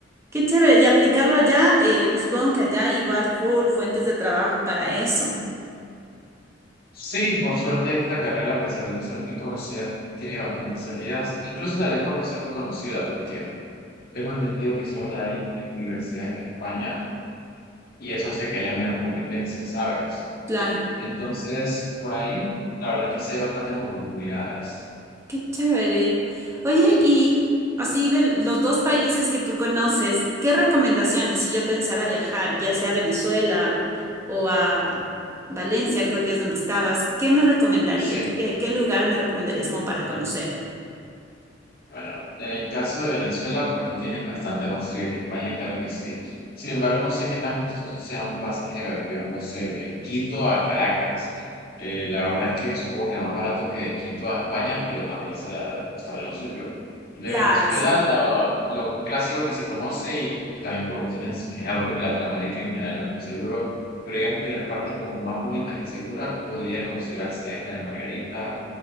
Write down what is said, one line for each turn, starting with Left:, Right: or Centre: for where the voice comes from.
Right: Qué chévere. Y aplicarlo allá, eh, me supongo que allá hay igual full fuentes de trabajo para eso.
Left: Sí, por suerte esta carrera, a pesar de no ser muy conocida, tiene bastantes salidas, incluso tal vez por no ser muy conocida, porque tengo entendido que solo hay entre universidades de España y eso hace que haya menos competencia, ¿sabes?
Right: Claro.
Left: Entonces, por ahí, la verdad es que sí hay bastantes oportunidades.
Right: Qué chévere. Oye, y así de los dos países que tú conoces, ¿qué recomendaciones si yo pensara viajar, ya sea a Venezuela o a Valencia, creo que es donde estabas, ¿qué me recomendarías?
Left: Sí,
Right: ¿Qué, qué lugar me recomendarías como para conocer?
Left: Bueno, en el caso de Venezuela, pues lo tienes bastante más frío que España, claro que sí. Sin embargo, no sé qué tan costoso sea un pasaje de avión, no sé, de Quito a Caracas. Eh, la verdad es que supongo que más barato que de Quito a España, pero también será, será lo suyo. De
Right: Claro,
Left: Venezuela,
Right: sí.
Left: lo, lo clásico que se conoce, y también por cuestiones de seguridad, porque Latinoamérica en general no es muy seguro, pero digamos que las partes como más bonitas y seguras podría considerarse la isla de Margarita,